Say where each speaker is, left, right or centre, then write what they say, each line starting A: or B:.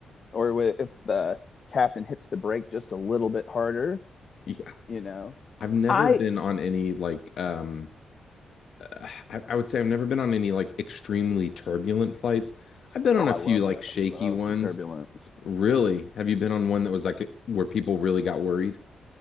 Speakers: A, on the left; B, on the left.
A: or wh- if the captain hits the brake just a little bit harder,
B: Yeah,
A: you know.
B: I've never
A: I
B: been on any like um uh, I, I would say I've never been on any like extremely turbulent flights. I've been on
A: oh,
B: a
A: I
B: few
A: love
B: like
A: that.
B: shaky
A: I love
B: ones,
A: some turbulence.
B: Really? Have you been on one that was like where people really got worried?